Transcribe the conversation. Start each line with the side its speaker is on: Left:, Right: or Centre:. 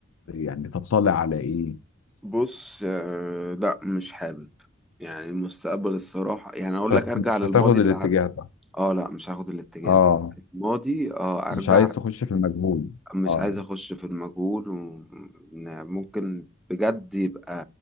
Left: يعني تطلع على ايه
Centre: بص آه، لا مش حابب يعني المستقبل الصراحة يعني أقول
Left: مش هت-
Centre: لك أرجع
Left: مش
Centre: للماضي
Left: هتاخد
Centre: اللي
Left: الاتجاه
Centre: عارفه
Left: ده
Centre: اه لا مش هاخد الاتجاه
Left: اه
Centre: ده الماضي اه
Left: مش
Centre: ارجع
Left: عايز تخش في المجهول
Centre: مش
Left: اه
Centre: عايز اخش في المجهول وممكن بجد يبقى